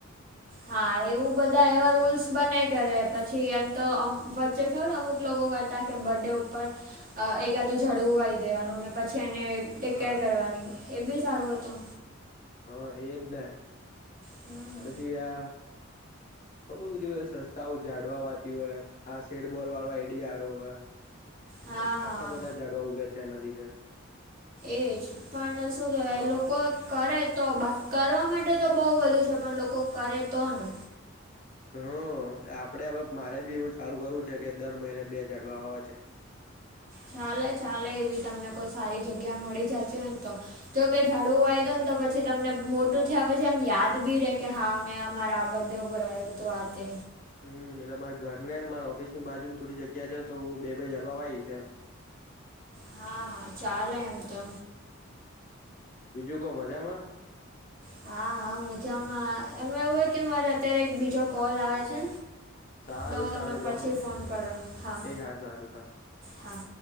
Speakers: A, on the right; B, on the left.
A: હા એવું બધા એવા રૂલ્સ બનાય કરે પછી એમ તો અમ વચ્ચે ખવ ને અમુક લોકો કરતા, કે બરડે ઉપર એકાદું ઝાડવું વાઈ દેવાનું ને પછી એને, ટેક
B: હા
A: કેર કરવાની એ બી સારું હતું.
B: હા એજ ને
A: હમ.
B: પછી આ, ખબર બધીધ સંસ્થાઓ ઝાડવા વાતી હોય આ સેડબોલ વાળો આઈડીયા આયો હે,
A: હા
B: ખાસા
A: હા
B: બધા ઝાડવા ઉગે છે એના લીધે.
A: એજ પણ શું કેવાય
B: હા
A: લોકો, કરે તો બાકી કરવા માટે તો બઉ બધું છે પણ લોકો કરે તો ને,
B: હ આપડે અવે મારે બી એવું ચાલુ કરવું છે કે દર મહિને બે ઝાડવા વાવા છે.
A: ચાલે ચાલે એવી તમને કોઈ સારી જગ્યા મળી જાતી હોય ને તો, જોકે ઝાડવું વાય દો ને તો પછી તમને મોટું થયા પછી આમ યાદ બી રે કે હા મેં આ મારા બરડે ઉપ પર વાયુ તું આ તે.
B: હું એટલે મારે ઘરને ન મારા ઓફિસની બાજુમાં થોડી જગ્યા છે તો હું બે બે ઝાડવા વાઈશ એમ.
A: હા હા ચાલે એમ તો.
B: બીજું કો મજામાં?
A: હા હા મજામાં એમાં એવું ઓય કે મારે અત્યારે એક બીજો કોલ આવે
B: હ હ
A: છે
B: સારું
A: તો હું
B: સારું
A: તમને પછી
B: તો હ
A: ફોન કરો હા.
B: એ સારું સારું
A: હા.